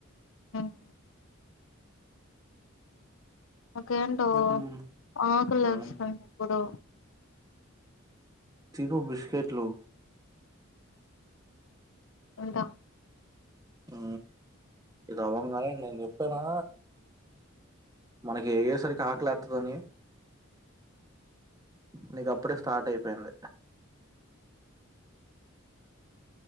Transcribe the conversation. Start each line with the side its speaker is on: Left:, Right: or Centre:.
Left: ఆ <unintelligible> నాకేంటో
Right: హ్మ్
Left: ఆకలి
Right: హ్మ్
Left: వేస్తుంది ఇప్పుడు.
Right: తిను బిస్కెట్లు
Left: ఉంటా
Right: ఉ ఇది అవ్వగానే నేను చెప్పానా మనకి ఏ్యసరి కాకలేత్తదని నీకు అప్పుడే స్టార్ట్ అయిపోయింది.